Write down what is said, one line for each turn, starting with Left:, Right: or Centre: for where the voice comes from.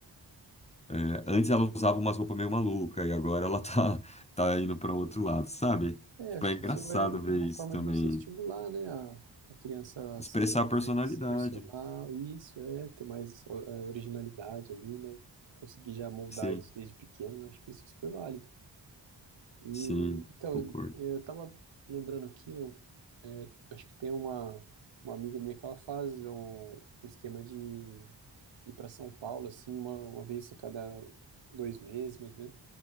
Left: é, antes ela usava umas roupas meio maluca e agora ela tá, <laughs> tá indo para outro lado, sabe?
Right: É,
Left: Tipo,
Right: acho
Left: é
Right: que
Left: engraçado
Right: isso é é
Left: ver
Right: uma
Left: isso
Right: forma
Left: também.
Right: de você estimular, né, a, a criança a
Left: Expressar
Right: se tornar
Left: a
Right: mais
Left: personalidade.
Right: personal, e isso é, ter mais o- é, originalidade ali, né, conseguir já moldar
Left: Sim,
Right: isso desde pequeno, acho que isso é super válido. E,
Left: sim,
Right: então,
Left: concordo.
Right: eu tava lembrando aqui, eu é, acho que tem uma, uma amiga minha que ela faz um, um esquema de ir para São Paulo, assim, uma, uma vez a cada dois meses, mais ou menos,